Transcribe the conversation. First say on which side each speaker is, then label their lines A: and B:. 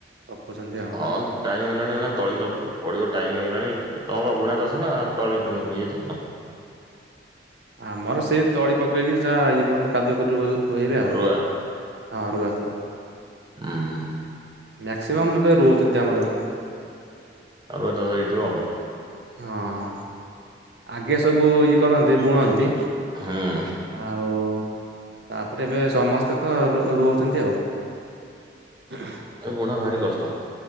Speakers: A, on the right (about 60°); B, on the right (about 25°).
A: ପକଉଛନ୍ତି ଆଉ।
B: ହଁ ଟାଇମ ହେଇଗଲାଣି, ଏନା ତଳି ନ ପଡିବ, ଟାଇମ ହେଇଗଲାଣି,
A: ହଁ
B: ତମ ବୁଣା ଚାଷ ନା ତଳି <unintelligible>
A: ଆମର ସେଇ ତଳି ପକେଇକି ଯା ଇଏ କରନ୍ତି, କାଦୁଅ କରି ରୁ ରୁଏଇବେ ଆଉ।
B: ରୁଆ?
A: ହଁ, ରୁଆ ସବୁ।
B: ହୁଁ।
A: ମ୍ୟାକ୍ସିମମ୍ ଏବେ ରୋଉଛନ୍ତି ଆମର ଏପଟେ।
B: <unintelligible> ହେଇଥିବ ଆଉ।
A: ହଁ ଆଗେ ସବୁ ଇଏ କରନ୍ତି, ବୁଣନ୍ତି
B: ହୁଁ
A: ଆଉ, ତାପରେ ଏବେ ସମସ୍ତେ ତ ରୋ ରୋଉଚନ୍ତି ଆଉ। <unintelligible>
B: ଏ ବୁଣା ଭାରି କଷ୍ଟ।